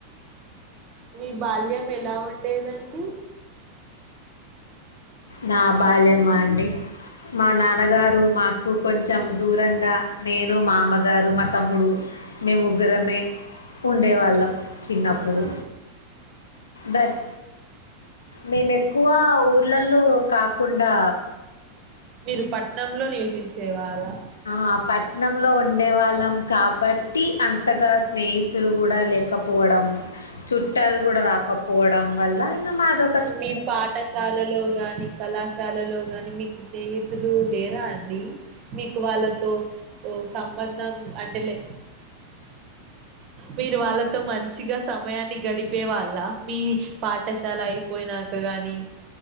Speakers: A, on the right; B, on the left.
A: మీ బాల్యం ఎలా ఉండేదండి
B: నా బాల్యమా అండి మా నాన్నగారు మాకు కొంచెం దూరంగా నేను మా అమ్మగారు మా తమ్ముడు మేము ముగ్గురమే ఉండేవాళ్ళం చిన్నప్పుడు
A: అవునా
B: దట్ మేము ఎక్కువ ఊర్లల్లో కాకుండా
A: మీరు పట్నంలో నివసించే వాళ్ళా
B: ఆ పట్నం లో ఉండే వాళ్ళం కాబట్టి టి అంతగా స్నేహితులు కూడా లేక పోవడం చుట్టాలు కూడా రాకపోవడం వల్ల మా <unintelligible>
A: మీ పాఠశాలలో గాని కళాశాలలో గాని మీకు స్నేహితులు లేరా అండి మీకు వాళ్ళతో సంబంధం అంటే లే మీరు వాళ్ళతో మంచిగా సమయాన్ని గడిపే వాళ్ళ మీ పాఠశాల అయిపోయినాక గాని